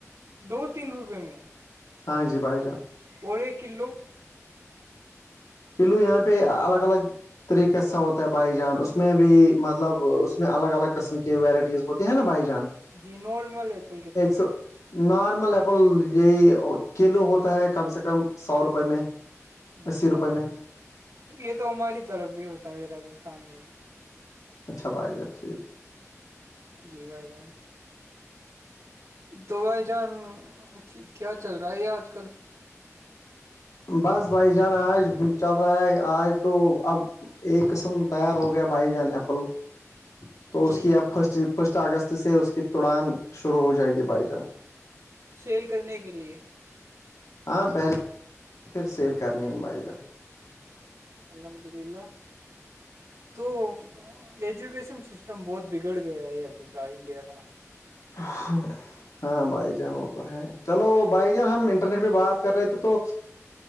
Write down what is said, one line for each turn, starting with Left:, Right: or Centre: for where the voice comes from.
Right: دو تین روپئے میں <unintelligible>
Left: ہاں جی بھائی جان
Right: اور ایک کلو
Left: کلو یہاں پہ الگ الگ طریقے سا ہوتا ہے بائی جان اس میں بھی مطلب اس میں الگ الگ قسم کی ورائٹیز ت ہیں نا بائی جان <unintelligible>
Right: جی نارمل ایپل کتنے
Left: ایک سو نارمل ایپل یہی کلو ہوتا ہے کم سے کم سو روپے میں
Right: جی
Left: اسی روپئے
Right: بائی
Left: میں
Right: جان تو یہ تو ہماری طرف بھی ہوتا ہے راجستھان میں بھی
Left: اچھا بائی جار ٹھیک <unintelligible>
Right: جی بھائی جان تو بھائی جان کیا چل رہا ہے یہ آج کل
Left: بس بھائی جانا آج چل رہا ہے آج تو اب ایک قسم تیار ہو گیا بھائی جان ایپل تو اس
Right: جی
Left: کی اب فسٹ فسٹ اگست سے اس کی توڑان شروع ہو جائے گی بھائی جان
Right: سیل کرنے کے لیے <unintelligible>
Left: ہاں پہلے پھر سیل کرنی ہے موبائل جہ
Right: الحمد للہ توجوکشن <unintelligible> سسٹم بہت بگڑ گیا ہے ابھی کا انڈیا کا
Left: ہاں ہاں بھائی جان وہ تو ہے چلو بھائی جان ہم انٹرنیٹ پہ بات کر رہے تھے تو